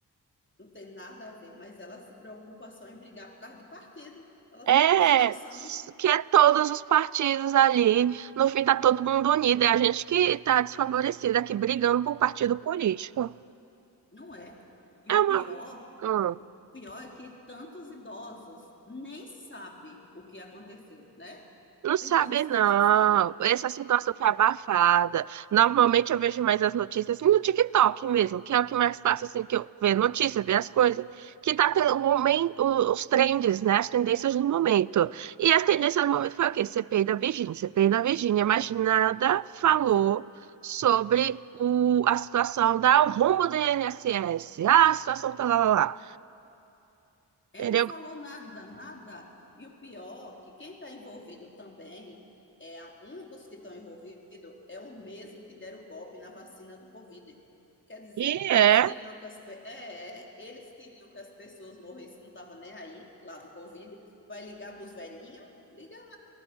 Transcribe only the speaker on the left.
não tem nada a ver, mas elas se preocupam só em brigar por causa de partido. Elas
não têm noção,
não é? E
o
pior,
o pior é que tantos idosos nem sabem o que aconteceu, né?
Tem tantos
que nem sabem.
Foi
É,
não falou nada, nada. E o pior, que quem está envolvido também, é um dos que estão envolvidos é o mesmo que deram o golpe na vacina do Covid. Quer dizer,
eles queriam que as, pe- é, é, eles queriam que as pessoas morressem, não estava nem aí, lá do Covid. Vai ligar para os velhinhos? Liga